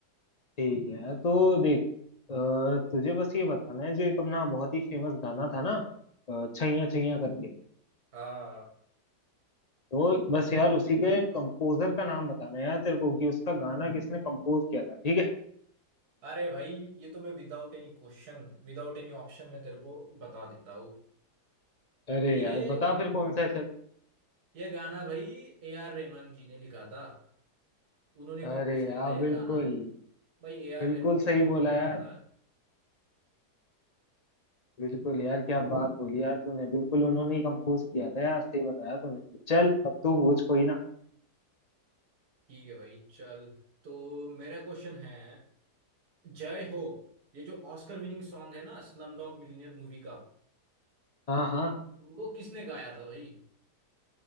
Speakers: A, on the left; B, on the right.
A: ठीक है तो देख अ, तुझे बस ये बताना है जो एक अपना बहुत ही फेमस गाना था ना अ, छैया छैया करके
B: हाँ
A: वो बस यार उसी के कंपोजर का नाम बताना है यार तेरे को कि उसका गाना किसने कंपोज किया था ठीक है
B: अरे भाई ये तो मैं without any question without any option मैं तेरे को बता देता हूँ
A: अरे
B: ये
A: यार बता फिर कौन सा है चल
B: ये गाना भाई ए आर रहमान जी ने लिखा था उन्होंने कंपोज
A: अरे
B: किया
A: यार
B: था ये
A: बिल्कुल
B: गाना भाई ए आर
A: बिल्कुल
B: रहमान को
A: सही
B: कौन
A: बोला
B: नहीं जानता
A: यार बिल्कुल यार क्या बात बोली यार तूने बिल्कुल उन्होंने ही कंपोज किया था यार सही बताया तूने चल अब तू पूछ कोई ना
B: ठीक है भाई चल तो मेरा क्वेश्चन है जय हो ये जो ऑस्कर विनिंग सॉन्ग है ना स्लम डॉग मिलियनेयर मूवी का
A: हाँ हाँ
B: वो किसने गाया था भाई